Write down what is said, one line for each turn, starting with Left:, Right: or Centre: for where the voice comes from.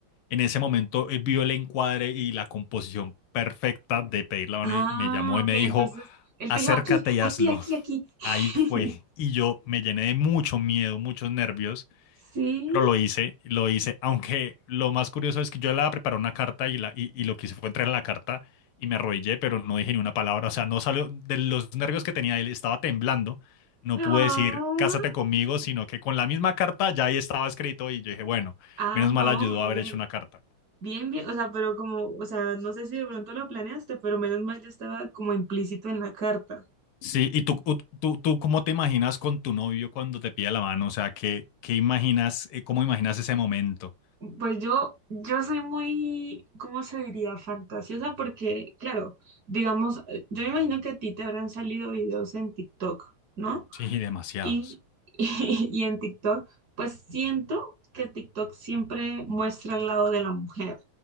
Left: en ese momento eh, vio el encuadre y la composición perfecta de pedir la mano
Right: Ah,
Left: y me llamó y
Right: ok.
Left: me dijo,
Right: Entonces, él
Left: acércate
Right: te dijo aquí,
Left: y
Right: aquí,
Left: hazlo
Right: aquí, aquí.
Left: ahí
Right: <laughs>
Left: fue. Y yo me llené de mucho miedo, muchos nervios,
Right: Sí.
Left: pero lo hice, lo hice. Aunque lo más curioso es que yo la preparé una carta y, la, y, y lo que hice fue entrar en la carta y me arrodillé, pero no dije ni una palabra. O sea, no salió de los nervios que tenía, él estaba temblando. No
Right: No.
Left: pude decir, cásate conmigo, sino que con la misma carta ya ahí estaba escrito y yo dije, bueno,
Right: Ah,
Left: menos
Right: no,
Left: mal ayudó
Right: bien.
Left: a haber hecho una carta.
Right: Bien, bien. O sea, pero como, o sea, no sé si de pronto lo planeaste, pero menos mal ya estaba como implícito en la carta.
Left: Sí, ¿y tú, u- tú, tú cómo te imaginas con tu novio cuando te pide la mano? O sea, ¿qué, qué imaginas, eh, cómo imaginas ese momento?
Right: Pues yo, yo soy muy, ¿cómo se diría? Fantasiosa porque, claro, digamos, eh, yo me imagino que a ti te habrán salido videos en TikTok, ¿no?
Left: Sí, demasiados.
Right: Y, <laughs> y en TikTok, pues siento que TikTok siempre muestra el lado de la mujer,